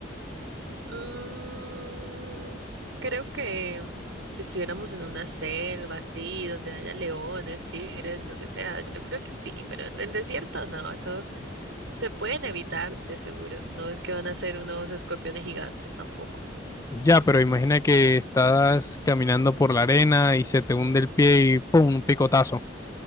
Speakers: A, on the right (about 85°); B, on the left (about 15°).
A: Mm, creo que si estuviéramos en una selva así, donde haya leones, tigres, lo que sea, yo creo que sí, pero en, en desierto no, eso se pueden evitar de seguro. No es que van a ser unos escorpiones gigantes tampoco.
B: Ya, pero imagina que estás caminando por la arena y se te hunde el pie y ¡pum! un picotazo.